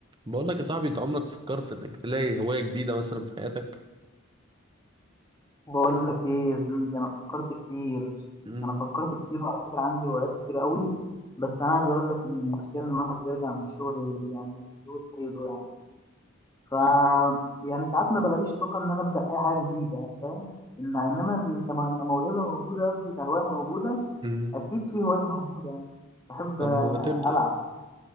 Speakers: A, on the right (about 25°); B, on the left (about 20°).
A: بقول لك يا صاحبي انت عمرك فكرت انك تلاقي هواية جديدة مثلا في حياتك
B: بقول لك ايه يا زميلي انا فكرت كتير
A: مم.
B: انا فكرت كتير وعلى فكره عندي هوايات كتير قوي بس انا عايز اقول لك ان المشكله ان الواحد بيرجع من الشغل يعني مهدود حيله يعني ف يعني ساعات ما بلاقيش طاقه ان انا ابدا اي حاجه جديده فاهم إن انما كم- كموهبه موجوده قصدي كهوايه موجوده
A: مم.
B: اكيد في هوايه موجوده يعني بحب
A: طب
B: آه،
A: ما تبدأ
B: العب